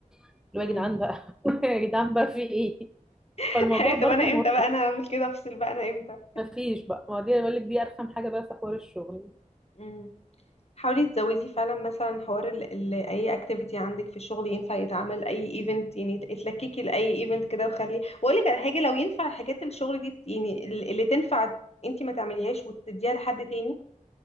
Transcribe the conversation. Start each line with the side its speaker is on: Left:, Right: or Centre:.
Centre: اللي
Left: امم
Centre: هو يا جدعان بقى <laughs> يا جدعان بقى في ايه
Left: <laughs>
Centre: فالموضوع برضو
Left: طب انا
Centre: مرهق
Left: امتى بقى انا هعمل كده افصل بقى انا امتى
Centre: مفيش بقى ما دي بقول لك دي ارخم حاجه بقى في حوار الشغل
Left: امم حاولي تزودي فعلا مثلا حوار ال ال اي اكتيفيتي عندك في الشغل ينفع يتعمل اي ايفنت يعني اتلككي لاي ايفنت كده وخلي واقول لك على حاجه لو ينفع حاجات الشغل دي يعني ال- اللي تنفع انتي ما تعمليهاش وتديها لحد تاني